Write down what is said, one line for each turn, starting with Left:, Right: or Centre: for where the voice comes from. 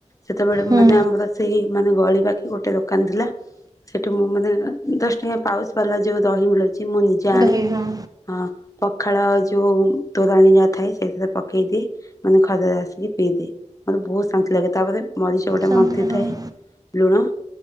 Left: ସେତେବେଳେ
Right: ହୁଁ
Left: ମାନେ ଆମର ସେଇ ମାନେ ଗଳି ପାଖି ଗୋଟେ ଦୋକାନ ଥିଲା। ସେଠୁ ମୁଁ ମାନେ ଦଶ ଟଙ୍କା ପାଉଚ୍ ବାଲା ଯୋଉ ଦହି ମିଳୁଛି ମୁଁ ନିଜେ ଆଣେ
Right: ଦହି ହଁ
Left: ହଁ। ପଖାଳ ଯୋଉ ତୋରାଣି ଯା ଥାଏ ସେଇଥିରେ ପକେଇଦିଏ ମାନେ ଖଜରେ ଆସିକି ପିଇଦିଏ। ମୋତେ ବହୁତ ଶାନ୍ତି ଲାଗେ ତାପରେ ମଝିଚ ଗୋଟେ
Right: ସନ୍ତୁଳା
Left: ମନ୍ଥି
Right: ହଁ
Left: ଥାଏ ଲୁଣ